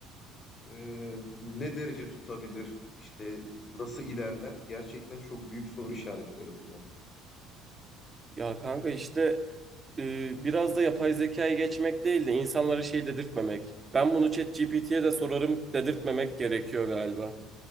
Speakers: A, on the left; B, on the right.
A: Ee, ne derece tutabilir? işte nasıl ilerler? Gerçekten çok büyük soru işaretleri bunlar.
B: Ya kanka işte e, biraz da yapay zekaya geçmek değil de insanlara şey dedirtmemek. Ben bunu ChatGPT'ye de sorarım dedirtmemek gerekiyor galiba.